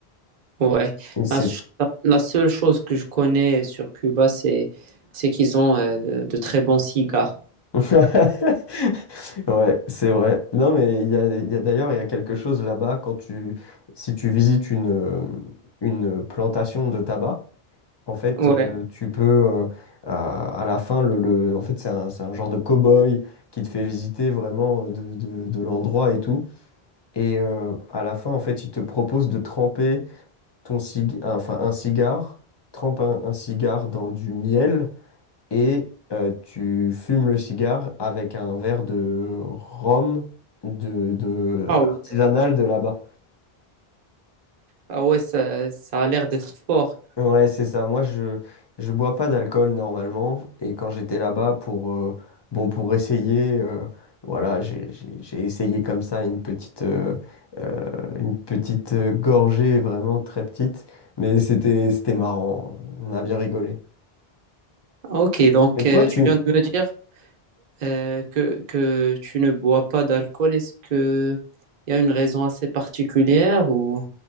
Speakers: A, on the right; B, on the left.
A: Ouais,
B: Et c'est
A: la, ch- la seule chose que je connais sur Cuba, c'est c'est qu'ils ont euh, de, de très bons cigares.
B: <laughs> Ouais, c'est vrai. Non, mais il y a, il y a d'ailleurs, il y a quelque chose là-bas quand tu, si tu visites une, euh, une plantation de tabac, en fait,
A: Ouais.
B: euh, tu peux, euh, à, à la fin, le, le- en fait, c'est un, c'est un genre de cow-boy qui te fait visiter vraiment euh, de, de- de l'endroit et tout. Et euh, à la fin, en fait, il te propose de tremper ton cig, enfin, un cigare, trempe un un cigare dans du miel et euh, tu fumes le cigare avec un verre de rhum de, de
A: Ah ouais,
B: artisanal de là-bas.
A: ah ouais, ça, ça a l'air d'être fort.
B: Ouais, c'est ça. Moi, je je bois pas d'alcool normalement et quand j'étais là-bas pour euh, bon pour essayer euh, voilà, j'ai j'ai- j'ai essayé comme ça une petite euh, euh, une petite euh, gorgée vraiment très petite, mais c'était c'était marrant. On a bien rigolé.
A: Ah, Ok, donc
B: Mais toi,
A: euh,
B: tu
A: tu viens de me dire euh, que, que tu ne bois pas d'alcool. Est-ce que il y a une raison assez particulière ou...